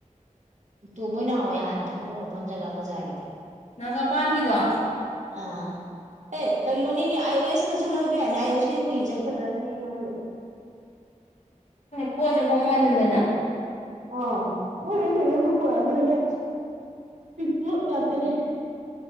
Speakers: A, on the right; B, on the left.
A: ꯇꯣꯝꯕ ꯑꯣꯏꯅ ꯍꯥꯎꯋꯦ ꯍꯥꯟꯅ ꯐꯐꯝ ꯃꯐꯝ ꯖꯒꯥ ꯕꯖꯥꯔꯒꯤꯗ
B: ꯒꯥ ꯄꯥꯟꯒꯤꯗꯣ
A: ꯑꯥ ꯑꯦ ꯀꯩꯅꯣꯅꯤꯅꯦ ꯑꯥꯏ ꯑꯣ ꯑꯦꯁꯇꯁꯨ ꯂꯕ ꯌꯥꯅꯤ ꯑꯥꯏ ꯑꯣ ꯑꯦꯁꯀꯤꯗꯤ ꯀꯨꯏ ꯍꯟ ꯆꯠꯀꯗ꯭ꯔꯁꯤꯅꯦꯅ ꯈꯜꯜꯂꯤꯁꯦ
B: ꯄꯣꯠꯁꯦ ꯍꯣꯡꯃꯟꯗꯅ
A: ꯑ ꯀꯩꯅꯣꯒꯤ ꯄꯣꯠꯂꯒꯅꯤꯍꯦ ꯄꯣꯠ ꯉꯥꯛꯇꯅꯦ